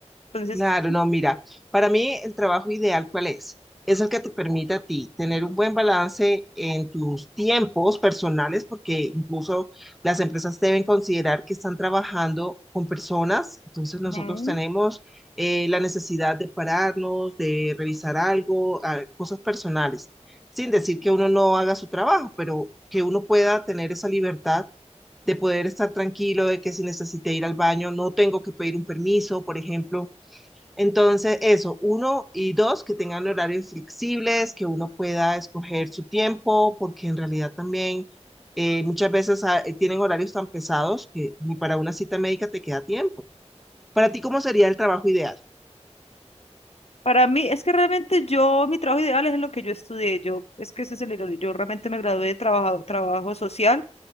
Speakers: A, on the left (about 60°); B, in the centre.
A: Entonces,
B: Claro, no, mira, para mí el trabajo ideal, ¿cuál es? Es el que te permite a ti tener un buen balance en tus tiempos personales, porque incluso las empresas deben considerar que están trabajando con personas, entonces nosotros
A: ujú.
B: tenemos eh, la necesidad de pararnos, de revisar algo, ah, cosas personales, sin decir que uno no haga su trabajo, pero que uno pueda tener esa libertad de poder estar tranquilo, de que si necesite ir al baño, no tengo que pedir un permiso, por ejemplo. Entonces, eso, uno y dos, que tengan horarios flexibles, que uno pueda escoger su tiempo, porque en realidad también eh, muchas veces ah, eh, tienen horarios tan pesados que ni para una cita médica te queda tiempo. Para ti, ¿cómo sería el trabajo ideal?
A: Para mí, es que realmente yo, mi trabajo ideal es lo que yo estudié. Yo, es que ese es el error. Yo realmente me gradué de trabajo, trabajo social